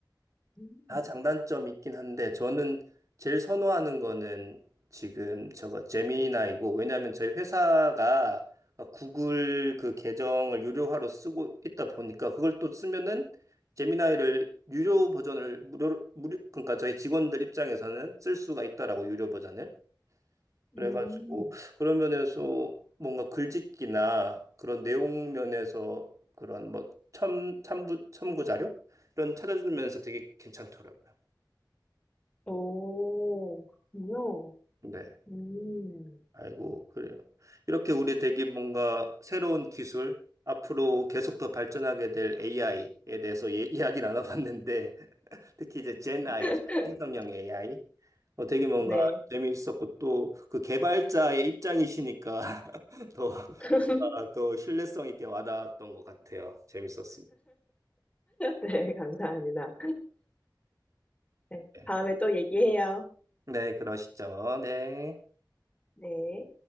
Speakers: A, on the left; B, on the right.
A: 음,
B: 다 장단점이 있긴 한데 저는 제일 선호하는 거는 지금 저거 제미나이고 왜냐하면 저희 회사가 구글 그 계정을 유료화로 쓰고 있다 보니까 그걸 또 쓰면은 제미나이를 유료 버전을 무료 무료 그러니까 저희 직원들 입장에서는 쓸 수가 있다라고 유료 버전을 그래가지고
A: 음.
B: 그런 면에서 뭔가 글짓기나 그런 내용 면에서 그런 뭐 첨, 참부, 첨부 자료 이런 찾아주면서 되게 괜찮더라고요.
A: 오, 그렇군요.
B: 네.
A: 음,
B: 아이고, 그래요. 이렇게 우리 되게 뭔가 새로운 기술, 앞으로 계속 더 발전하게 될 AI에 대해서 예, 이야기 나눠봤는데, <laughs> 특히 이제 젠
A: <laughs>
B: 아이죠. 생성형 AI. 어, 되게 뭔가
A: 네.
B: 재미있었고, 또 그 개발자의 입장이시니까 <laughs> 더,
A: <laughs>
B: 더 신뢰성 있게 와닿았던 것 같아요. 재밌었습니다.
A: 네, 감사합니다. 네,
B: 네,
A: 다음에 또 얘기해요.
B: 네, 그러시죠. 네.
A: 네.